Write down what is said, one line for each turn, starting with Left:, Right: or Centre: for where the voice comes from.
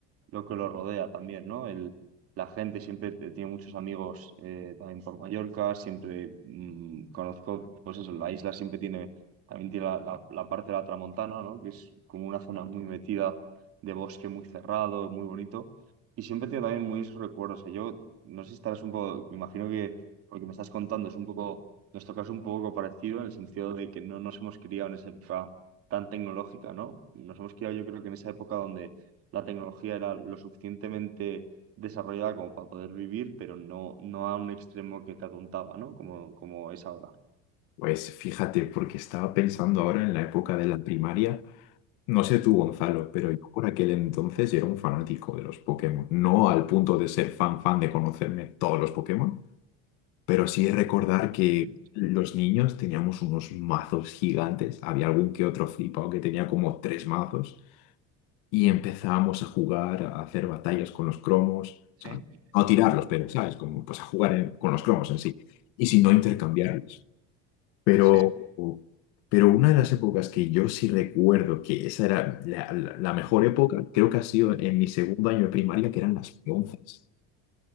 Right: lo que lo rodea también, ¿no? El, la gente siempre te- tiene muchos amigos eh, también por Mallorca, siempre mm, conozco, pues eso, la isla siempre tiene, también tiene la, la- la parte de la Tramontana, ¿no? Que es como una zona muy metida de bosque muy cerrado, muy bonito, y siempre tiene también muy esos recuerdos. O sea, yo no sé si estarás un poco, me imagino que lo que me estás contando es un poco, nuestro caso un poco parecido en el sentido de que no nos hemos criado en esa época tan tecnológica, ¿no? Nos hemos criado yo creo que en esa época donde la tecnología era lo suficientemente desarrollada como para poder vivir, pero no, no a un extremo que te atontaba, ¿no? Como, como es ahora.
Left: Pues fíjate, porque estaba pensando ahora en la época de la primaria. No sé tú, Gonzalo, pero yo por aquel entonces era un fanático de los Pokémon. No al punto de ser fan fan de conocerme todos los Pokémon, pero sí recordar que
Right: Ujú.
Left: los niños teníamos unos mazos gigantes. Había algún que otro flipado que tenía como tres mazos y empezábamos a jugar, a hacer batallas con los cromos.
Right: Sí,
Left: O sea, no a tirarlos, pero, ¿sabes? Como pues a jugar en- con los cromos en sí. Y si no, intercambiarlos. Pero,
Right: sí,
Left: pero una de las épocas que yo sí recuerdo que esa era la, la- la mejor época, creo que ha sido en mi segundo año de primaria, que eran las peonzas.